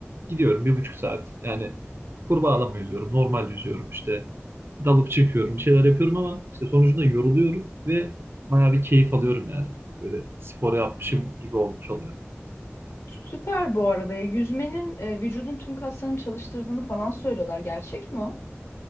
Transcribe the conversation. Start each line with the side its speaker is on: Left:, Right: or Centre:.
Right: Gidiyorum bir buçuk saat. Yani kurbağalama yüzüyorum. Normal yüzüyorum işte. Dalıp çıkıyorum. Bir şeyler yapıyorum ama işte sonucunda yoruluyorum ve bayağı bir keyif alıyorum yani. Böyle spor yapmışım gibi olmuş oluyor.
Left: Süper bu arada ya yüzmenin e, vücudun tüm kaslarını çalıştırdığını falan söylüyorlar. Gerçek mi o?